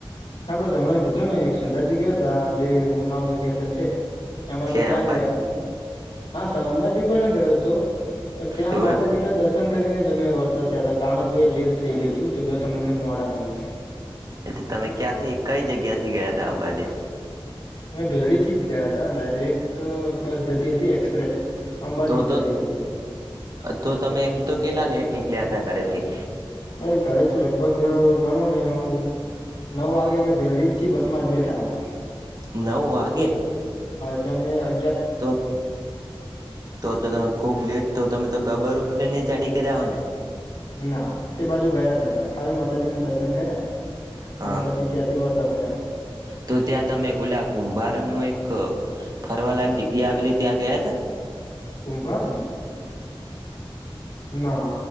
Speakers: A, on the left; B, on the right.
A: હા બસ હમણાં કીધું ને એક સંંધાજી ગયો હતો આ જે ઉનાળુ વેકેશન છે એમાં
B: કે
A: તો ત્યાં
B: અંબાજી
A: જ ગયા હા અંબાજી પણ ગયો હતો પણ ત્યાં
B: એવું
A: માતાજી
B: એમ
A: ના દર્શન કરીને વર્તા થયા હતા કારણણે એ લેટ થઇ ગયું હતું જે બસ અમને મો ના મળ
B: એટલે તમે ક્યાંથી કઈ જગ્યા થી ગયા ત અંબાજી
A: અમે વહેલી થી જ ગયા હતા ડાયરેક્ટ બસ જતી હતી એક્સપ્રેસ અંબાજી
B: તો તો
A: જ જતી હતી
B: તો તમે એમ તો કેલા લેટ નીકલ્યા હતા કરથી
A: મેં ઘરે જ લગભગ ગણો ને હું નવ વાગે અમે ભેરડી થી બસ માં જ બેઠા હતા
B: નવવાે
A: ત મે અ
B: તો તો તો તમે ખુબ લેટ તો તમે તો ગબર ઉપર ન ચડી કર્યા હો ને
A: ના તે બાજુ ગયા જ ન ખાલી માતાજી ના દર્શન કર્યા
B: હા
A: અને પછી ત્યાંથી વધ <unintelligible>
B: તો ત્યાં તમે ઓલા ગુંભાર નું એક ફરવાલાક જગ્યા આવેલી ત્યાં ગયા ત.
A: કમભરની ના